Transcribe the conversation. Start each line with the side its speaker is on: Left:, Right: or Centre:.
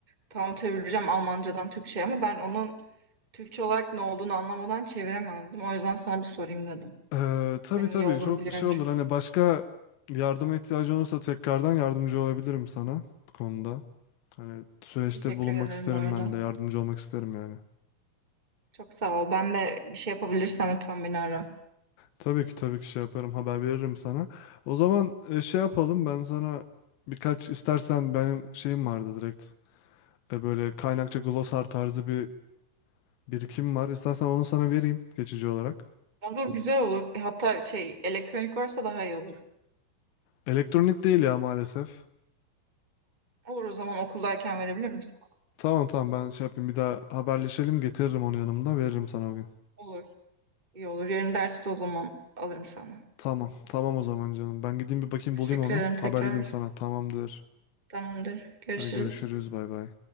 Right: tam çevireceğim Almancadan Türkçe'ye ama ben onun Türkçe olarak ne olduğunu anlamadan çeviremezdim. O yüzden sana bir sorayım dedim.
Left: Ee, tabii
Right: Senin
Left: tabii
Right: iyi olduğunu
Left: çok
Right: biliyorum
Left: şey olur
Right: çünkü.
Left: hani başka yardıma ihtiyacı olursa tekrardan yardımcı olabilirim sana bu konuda. Hani süreçte
Right: Teşekkür
Left: bulunmak
Right: ederim
Left: isterim
Right: bu arada.
Left: ben de yardımcı olmak isterim yani.
Right: Çok sağ ol. Ben de bir şey yapabilirsem lütfen beni ara.
Left: Tabii ki tabii ki şey yaparım haber veririm sana. O zaman e, şey yapalım
Right: Tamam.
Left: ben sana birkaç istersen benim şeyim vardı direkt. E, böyle kaynakça glosar tarzı bir birikim var. İstersen onu sana vereyim geçici olarak.
Right: Olur güzel olur. E, hatta şey elektronik varsa daha iyi olur.
Left: Elektronik değil ya maalesef.
Right: Olur o zaman okuldayken verebilir misin?
Left: Tamam tamam ben şey yapayım bir daha haberleşelim getiririm onu yanımda veririm sana o gün.
Right: Olur. İyi olur. Yarın derste o zaman alırım sana.
Left: Tamam. Tamam o zaman canım. Ben gideyim bir bakayım
Right: Teşekkür
Left: bulayım onu.
Right: ederim
Left: Haber
Right: tekrar.
Left: edeyim sana. Tamamdır.
Right: Tamamdır. Görüşürüz.
Left: Hadi görüşürüz. Bay bay.